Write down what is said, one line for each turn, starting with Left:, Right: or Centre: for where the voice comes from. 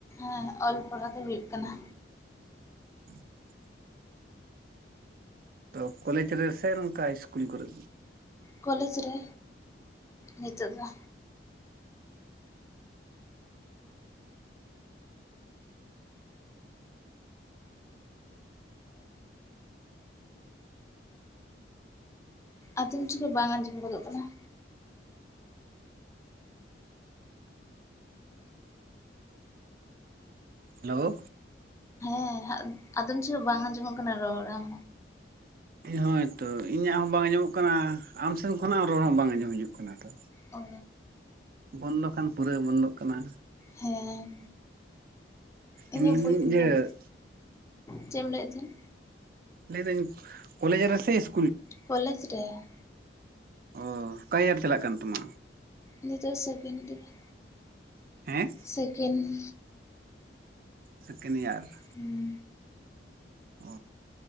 Left: ᱦᱮᱸ ᱚᱞ ᱯᱟᱲᱦᱟᱣ ᱫᱚ ᱦᱩᱭᱩᱜ ᱠᱟᱱᱟ᱾
Right: <inaudible> ᱛᱚ ᱠᱚᱞᱮᱡᱽ ᱨᱮ ᱥᱮ ᱱᱚᱝᱠᱟ ᱤᱥᱠᱩᱞ ᱠᱚᱨᱮ?
Left: ᱠᱚᱞᱮᱡᱽ ᱨᱮ ᱱᱤᱛᱳᱜ ᱫᱚ᱾ ᱟᱫᱚᱢ ᱡᱚᱠᱷᱮᱡ ᱵᱟᱝ ᱟᱸᱡᱚᱢ ᱜᱚᱫᱚᱜ ᱠᱟᱱᱟ᱾
Right: ᱦᱮᱞᱳ
Left: ᱦᱮᱸ ᱟᱫᱚᱢ ᱡᱚᱦᱚᱜ ᱵᱟᱝ ᱟᱸᱡᱚᱢᱚᱜ ᱠᱟᱱᱟ ᱨᱚᱲ ᱟᱢ
Right: ᱦᱳᱭ ᱛᱚ ᱤᱧᱟᱹᱜ ᱦᱚᱸ ᱵᱟᱝ ᱟᱸᱡᱚᱢᱚᱜ ᱠᱟᱱᱟ, ᱟᱢᱥᱮᱱ ᱠᱷᱚᱱᱟᱜ ᱨᱚᱲ ᱦᱚᱸ ᱵᱟᱝ ᱟᱸᱡᱚᱢ ᱦᱤᱡᱩᱜ ᱠᱟᱱᱟ ᱛᱚ᱾
Left: ᱚ
Right: ᱵᱚᱱᱫᱚ ᱠᱷᱟᱱ ᱯᱩᱨᱟᱹ ᱵᱚᱱᱫᱚᱜ ᱠᱟᱱᱟ᱾
Left: ᱦᱮᱸ ᱤᱧᱟᱹᱜ
Right: ᱩᱸᱻ
Left: ᱵᱟᱹᱧ ᱟᱸᱡᱚᱢ
Right: ᱤᱭᱟᱹ
Left: ᱪᱮᱫ ᱮᱢ ᱞᱟᱹᱭᱮᱫ ᱛᱟᱦᱮᱫ?
Right: ᱞᱟᱹᱭ ᱫᱟᱹᱧ ᱠᱚᱞᱮᱡᱽ ᱨᱮᱥᱮ ᱤᱥ
Left: ᱠᱚᱞᱮᱡᱽ ᱨᱮ ᱾
Right: ᱚᱻ, ᱚᱠᱟ ᱤᱭᱟᱨ ᱪᱟᱞᱟᱜ ᱠᱟᱱ ᱛᱟᱢᱟ?
Left: ᱱᱤᱛᱚᱜ ᱥᱮᱠᱮᱱᱰ ᱜᱮ᱾ <inaudible>
Right: ᱦᱮᱸ?
Left: ᱥᱮᱠᱮᱱᱰ ᱾
Right: Second year.
Left: ᱦᱩᱸ ᱾
Right: ᱚ